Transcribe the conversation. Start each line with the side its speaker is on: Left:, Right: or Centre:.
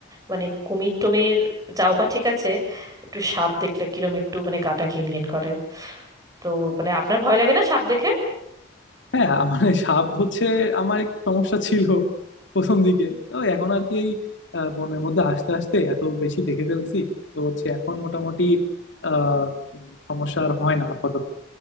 Right: মানে কুমির টুমির যাও বা ঠিক আছে একটু সাপ দেখলে কিরম একটু মানে গাটা ঘিনঘিন করে তো মানে আপনার ভয় লাগে না সাপ দেখে
Left: হ্যাঁ আ- মানে সাপ হচ্ছে আমার একটু সমস্যা ছিল প্রথম দিকে তো এখন আর কি এই আহ, বনের মধ্যে আস্তে আস্তে এত বেশি দেখে ফেলছি তো হচ্ছে এখন মোটামুটি আহ উম, সমস্যা আর হয় না আপাতত